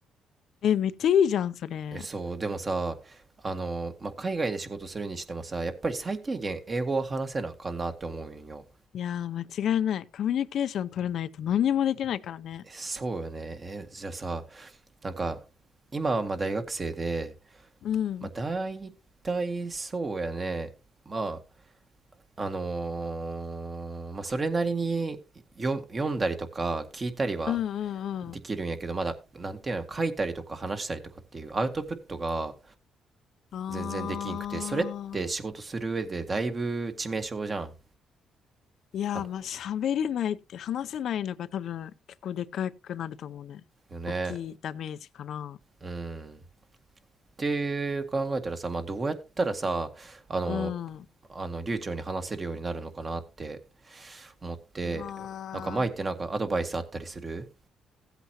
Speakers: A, on the left; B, on the right.
A: え、めっちゃいいじゃん、それ。
B: え、そう、でもさ、あのーまあ、海外で仕事するにしてもさ、やっぱり最低限英語は話せなあかんなって思うんよ。
A: いやー、間違いない。コミュニケーション取れないと何にもできないからね。
B: え、そうよね。え、じゃあさ、なんか、今はまあ大学生で、
A: うん。
B: まあ、大体そうやね。まあ、あのーまあ、それなりによ読んだりとか聞いたりは
A: うんうんうん。
B: できるんやけどまだなんていうの書いたりとか話したりとかっていうアウトプットが
A: あ
B: 全然できんくてそれって仕事する上でだいぶ致命傷じゃん
A: ー。いやー、
B: はな
A: まあ、喋れないって話せないのが多分結構でかくなると思うね。
B: よね
A: 大きいダメージかな。
B: うんって考えたらさ、まあ、どうやったらさあの
A: うん。う
B: あの流暢に話せるようになるのかなって思ってなんか前ってなんかアドバイスあったりする
A: わ